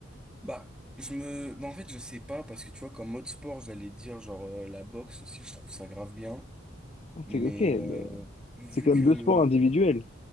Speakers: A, in the centre; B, on the left.
A: bah, je me... bah, en fait, je sais pas, parce que tu vois, comme mode sport, j'allais dire, genre, euh, la boxe aussi, je trouve ça grave bien,
B: Ah,
A: mais
B: c'est ok,
A: euh,
B: mais
A: vu
B: c'est quand
A: que...
B: même deux sports individuels.